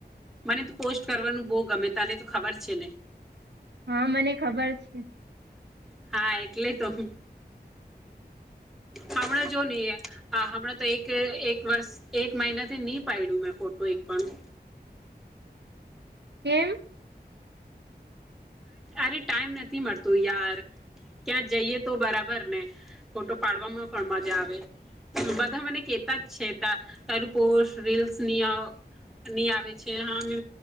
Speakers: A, in the centre; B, on the right.
A: મને તો પોસ્ટ કરવાનું બહુ ગમે તને તો ખબર છે ને
B: હા મને ખબર છે
A: હા એટલે તો હ હમણાં જો નહી હમણાં તો એક એક વર્ષ એક મહિનાથી નહી પાડડ્યું મેં ફોટો એક પણ
B: કેમ
A: અરે ટાઈમ નથી મળતોું યાર ક્યાં જઈય તો બરાબર ને ફોટો પાડવામાં પણ મજા આવે બધા મને કેતા જ છે ત તારું પોસ્ટ રીલ્સનીની આવે છે હા મે